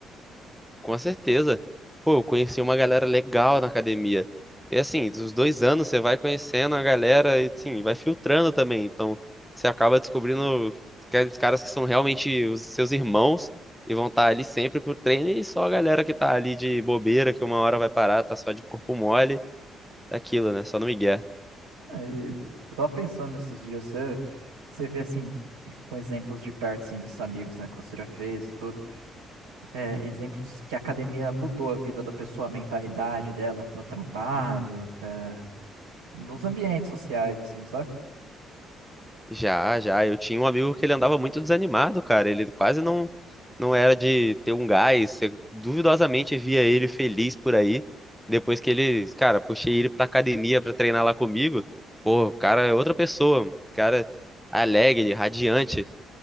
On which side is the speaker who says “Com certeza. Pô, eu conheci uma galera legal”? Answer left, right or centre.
Centre